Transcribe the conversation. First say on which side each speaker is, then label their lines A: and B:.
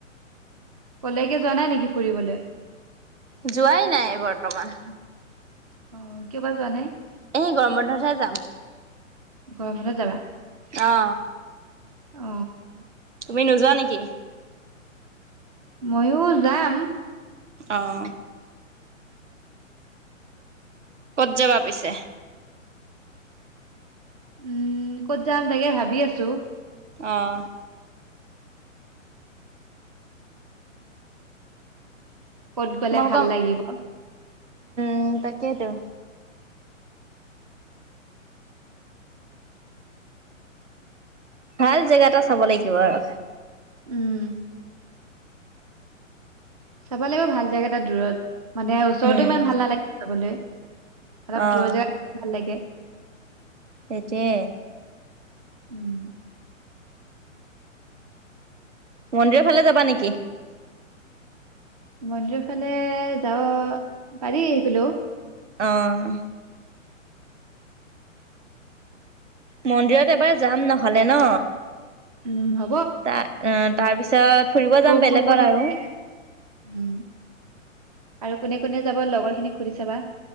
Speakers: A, on the right (about 30°); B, on the right (about 60°).
A: কলৈকে যোৱা নাই নেকি ফুৰিবলৈ।
B: যোৱাই নাই বৰ্তমান।
A: অ কিয় বাৰু যোৱা নাই।
B: এই গৰম বন্ধতহে যাম
A: গৰম বন্ধত যাবা
B: অ।
A: অ।
B: তুমি নোযোৱা নেকি।
A: ময়ো যাম।
B: অঁ ক'ত যাবা পিছে?
A: উম ক'ত যাম তাকে ভাবি আছোঁ।
B: অঁ
A: ক'ত গ'লে
B: তোমালোকৰ
A: ভাল লাগিব?
B: উম তাকে তো। ভাল জেগা এটা চাব লাগিব আৰু।
A: উম। চাব লাগিব ভাল জেগা এটা দূৰত। মানে ওচৰতো
B: উম।
A: ইমান ভাল নালাগে যাবলে। অলপ
B: অহ
A: দূৰ জেগাত ভাল লাগে।
B: সেইটোৱে।
A: উম।
B: মন্দিৰৰ ফালে যাবা নেকি?
A: মন্দিৰৰ ফালে যাব পাৰি সেইফালেও।
B: অঁ মন্দিৰত এবাৰ যাম নহ'লে ন।
A: উম হ'
B: তা অহ তাৰ পিছত ফুৰিব যাম বেলেগত
A: কোন কোন আছে
B: আৰু।
A: উম। আৰু কোনে কোনে যাব লগৰ খিনিক সুধি চাবা।